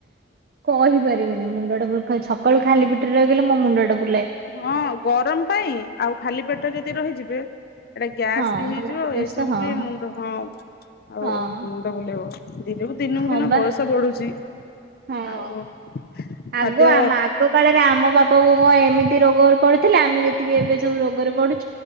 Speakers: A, on the right; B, on the left.
A: କହିପାରିବିନି ମୁଣ୍ଡ ଟା ସକାଳୁ ଖାଲି ପିଟରେ ରହିଗଲେ ମୋ ମୁଣ୍ଡ ଟା ବୁଲାଏ।
B: ହଁ ଗରମ ପାଇଁ ଆଉ ଖାଲି ପେଟ ଯଦି ରହିଯିବେ ଏଇଟା ଗ୍ୟାସ୍
A: ହଁ
B: ବି ହେଇଯିବ
A: ମୁଣ୍ଡ ବୁଲଉଛି
B: ଆଉ ଏସବୁ
A: ତ ହଁ
B: ବି ମୁଣ୍ଡ ହଁ ଆଉ
A: ହଁ
B: ମୁଣ୍ଡ ବୁଲେଇବ। ଦିନକୁ ଦିନକୁ
A: ହଁ
B: ଦିନ
A: ବା
B: ବୟସ ବଢୁଛି।
A: ହଁ
B: ଆଉ ଖାଦ୍ୟ
A: ଆଗ ଆମ ଆଗ କାଳରେ ଆମ ବାପା କଣ ଏମିତି ରୋଗରେ ପଡୁଥିଲେ ଆମେ ଯେତିକି ଏବେ ସବୁ ରୋଗରେ ପଡୁ